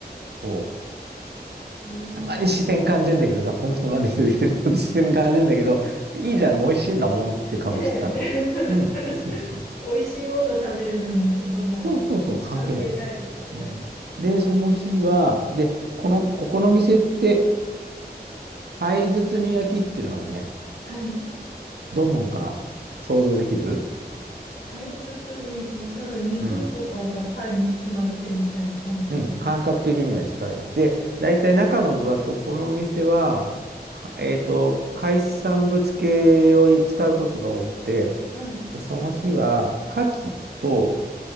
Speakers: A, on the right (about 75°); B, on the left (about 65°).
A: そう
B: ええ
A: たまに視線感じるんだけどさ、この人なんで一人で来てるのって視線感じるんだけど、いいじゃん、美味しいんだもんって顔して食べる。
B: ねえ。
A: うん、そうそうそう。
B: 美味しいもの食べるのに、そんな
A: そうそうそう、関係ないです。
B: 関係ないですよね。
A: うん、で、その日は、で、この、ここの店って、パイ包み焼きっていうのはあのね、
B: はい。
A: どんなのか想像できる
B: パイ包み焼き。なんか肉とかがパイに包まれてるみたいな感じですか
A: うん。うん。感覚的には近い。で、大体中の具は、そこの店は、かえっと、海産物系を使うことが多くて、
B: はい。
A: で、その日は、牡蠣と、